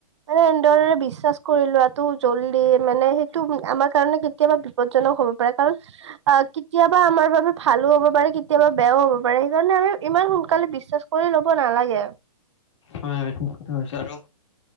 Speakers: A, on the right; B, on the left.
A: মানে এনেদৰে বিশ্বাস কৰি লোৱাতটো জল্দি মানে সেইটো আমাৰ কাৰণে কেতিয়াবা বিপদজনক হ'ব পাৰে। কাৰণ অ' কেতিয়াবা আমাৰ বাবে ভালো হ'ব পাৰে কেতিয়াবা বেয়াও হ'ব পাৰে সেইকাৰণে আমি ইমান সোনকালে বিশ্বাস কৰি ল'ব নালাগে।
B: হয়-হয় ঠিক কথা হৈছে আৰু